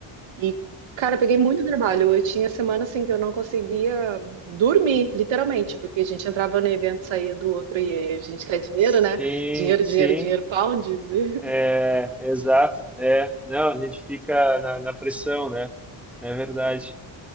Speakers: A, on the right (about 70°); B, in the centre.
A: E, cara, eu peguei muito trabalho. Eu tinha semana assim que eu não conseguia dormir, literalmente, porque a gente entrava no evento, saía do outro e a gente quer dinheiro,
B: Sim,
A: né? Dinheiro, dinheiro,
B: sim.
A: dinheiro, pounds. <laughs> E-
B: É, exato. É, não, a gente fica na, na pressão, né? É verdade.